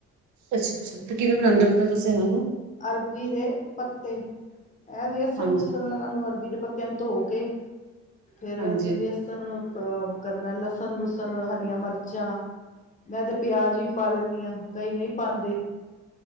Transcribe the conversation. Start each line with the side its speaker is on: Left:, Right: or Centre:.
Right: ਅੱਛਾ ਅੱਛਾ ਤੇ ਕਿਵੇਂ ਬਣਾਦੇ ਮਤਲਬ ਤੁਸੀਂ ਇਹਨਾ ਨੂੰ?
Left: ਅਰਬੀ ਦੇ ਪੱਤੇ ਇਹ ਵੇਸਣ
Right: ਹਾਂਜੀ,
Left: ਵੁਸਨ। ਉਹਨੂੰ ਅਰਬੀ ਦੇ ਪੱਤਿਆਂ ਨੂੰ ਧੋ ਕੇ ਫੇਰ
Right: ਹਾਂਜੀ,
Left: ਅਸੀਂ। ਸਾਨੂੰ <unintelligible> ਕਰਨਾ ਲਸਣ ਲੁਸਣ ਹਰੀਆਂ ਮਿਰਚਾਂ ਮੈਂ ਤੇ ਪਿਆਜ ਵੀ ਪਾ ਲੈਂਨੀ ਆ ਕਈ ਨਈ ਪਾਦੇ।